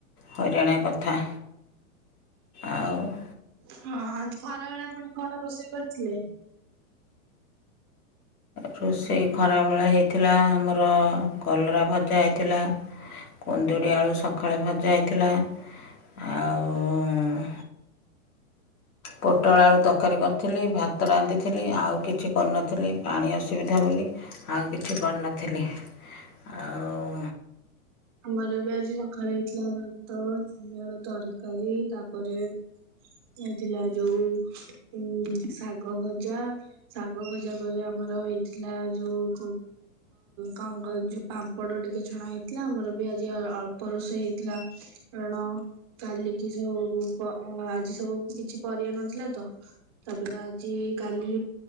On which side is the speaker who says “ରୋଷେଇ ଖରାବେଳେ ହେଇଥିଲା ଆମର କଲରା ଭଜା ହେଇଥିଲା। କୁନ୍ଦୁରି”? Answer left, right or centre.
Left